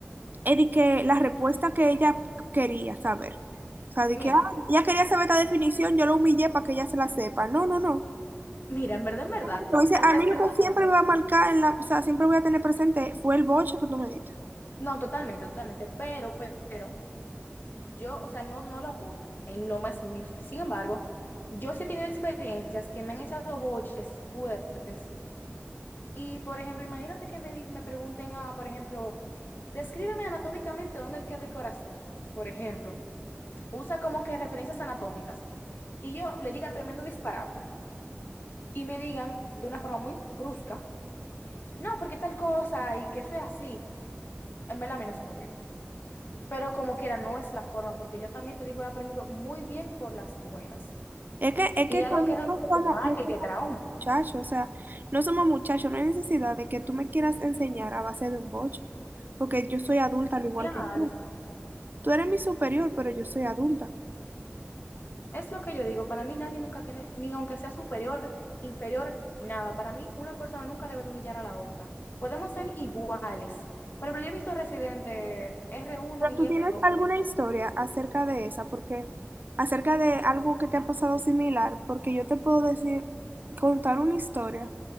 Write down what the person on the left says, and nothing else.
Mira,
mira, en verdad, en verdad,
hasta
cierto
punto.
No, totalmente, totalmente, pero, pero, yo, o sea, no, no lo apoyo en lo más mínimo. Sin embargo, yo sí he tenido experiencias que me han echado boches fuertes Y, por ejemplo, imagínate que me, di- me pregunten a, por ejemplo, descríbeme anatómicamente dónde queda el corazón, por ejemplo. Usa como que referencias anatómicas. Y yo le diga tremendo disparate. Y me digan de una forma muy brusca, no, porque tal cosa y que eso es así. En verdad, a mí no se me olvida. Pero como quiera, no es la forma, porque yo también te digo, he aprendido muy bien por las buenas.
Y
algo
que realmente
te marca
y
te trauma.
Claro.
Es lo que yo digo, para mí nadie nunca tiene, ni aunque sea superior, inferior, nada. Para mí una persona nunca debe de humillar a la otra. Podemos ser iguales. Por ejemplo, yo he visto Residente r uno
y
r
dos
que,